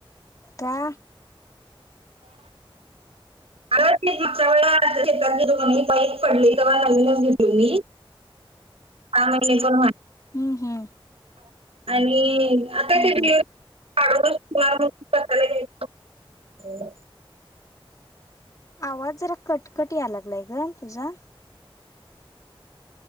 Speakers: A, on the left (about 35°); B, on the right (about 80°).
A: का
B: अर मागच्या व आ शेतात गेलो की नई बाईक पडली तेव्हा नवीनच घेतलो मी <unintelligible>
A: हम्म हम्
B: आणि आता ते
A: हम्म.
B: <unintelligible>
A: आवाज जरा कटकट याय लागलाय ग तुझा